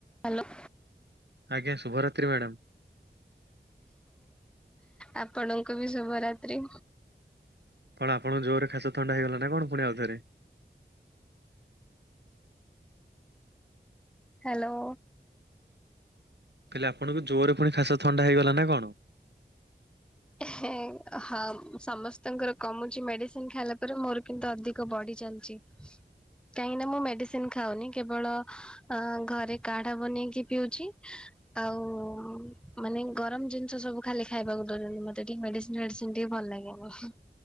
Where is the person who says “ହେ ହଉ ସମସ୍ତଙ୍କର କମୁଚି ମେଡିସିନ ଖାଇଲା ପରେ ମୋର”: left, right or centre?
Centre